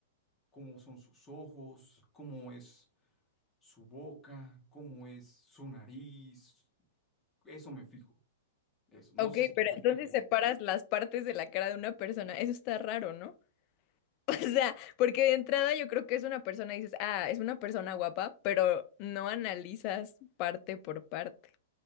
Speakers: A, on the left; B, on the left.
A: cómo son sus ojos, cómo es su boca, cómo es su nariz, eso me fijo, eso, no
B: Ok,
A: sé si tú
B: pero
A: te
B: entonces
A: fijes.
B: separas las partes de la cara de una persona. Eso está raro, ¿no? <laughs> O sea, porque de entrada yo creo que es una persona y dices, ah, es una persona guapa, pero no analizas parte por parte.